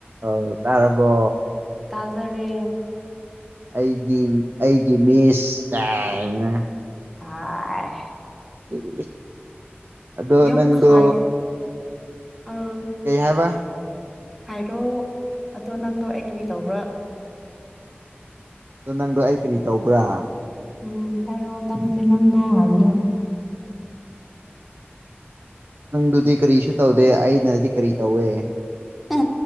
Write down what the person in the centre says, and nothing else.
ꯇꯥꯖꯔꯦ
ꯍꯥꯏ
ꯌꯥꯝ
ꯈꯥꯏ ꯑꯪ
ꯍꯥꯏꯔꯣ ꯑꯗꯣ ꯅꯪꯗꯣ ꯑꯩ ꯀꯔꯤ ꯇꯧꯕ꯭ꯔꯥ
ꯎꯝ ꯍꯥꯏꯔꯣꯑꯣ ꯅꯪꯁꯦ ꯅꯪꯗꯣ ꯍꯥꯏꯕꯗꯣ
ꯑ